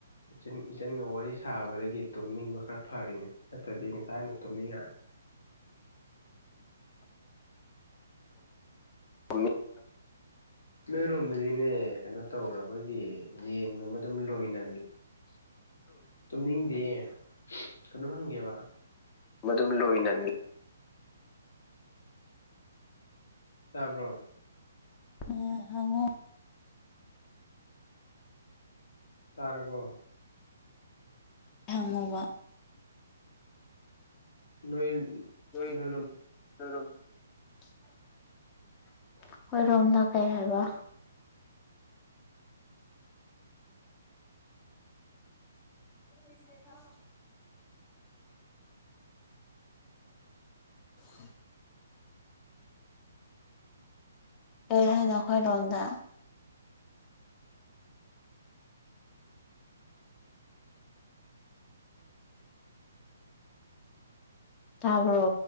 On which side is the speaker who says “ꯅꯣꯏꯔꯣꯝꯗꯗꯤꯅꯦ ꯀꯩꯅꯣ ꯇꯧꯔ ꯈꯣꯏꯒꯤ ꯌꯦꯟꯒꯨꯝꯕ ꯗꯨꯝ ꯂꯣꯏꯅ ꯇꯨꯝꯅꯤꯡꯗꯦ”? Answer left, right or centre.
Left